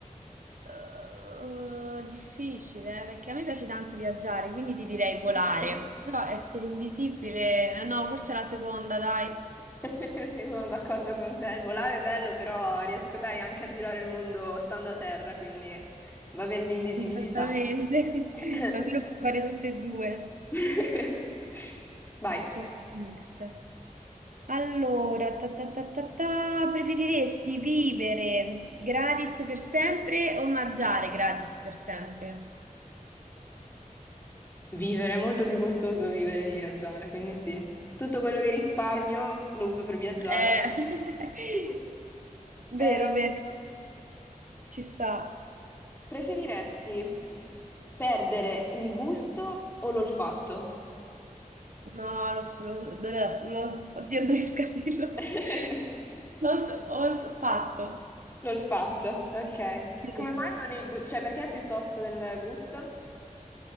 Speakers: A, on the right; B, on the left.
A: Eh, difficile, eh, perché a me piace tanto viaggiare, quindi ti direi volare.
B: <laughs>
A: Però essere invisibile, eh, no, forse la seconda, dai.
B: <laughs> Sì, sono d'accordo con te. Volare è bello, però riesco dai anche a girare il mondo stando a terra, quindi va bene l'invisibilità.
A: Esattamente, <laughs>
B: <coughs>
A: almeno puoi fare tutte e due.
B: <laughs> Vai.
A: C'è un mix. Allora, ta ta ta ta ta, preferiresti vivere gratis per sempre o mangiare gratis per sempre?
B: Vivere è molto più costoso vivere di viaggiare, quindi sì. Tutto quello che risparmio lo uso per viaggiare.
A: Eh,
B: <laughs>
A: <laughs> vero,
B: Eh,
A: vero, ci sta.
B: preferiresti perdere il gusto o l'olfatto?
A: No, lo sfrutto. Oddio, non riesco a dirlo.
B: <laughs>
A: <laughs> Lo so, ho fatto.
B: L'ho fatto, ok.
A: Sì.
B: Come mai non il gusto? Cioè, perché piuttosto del gusto?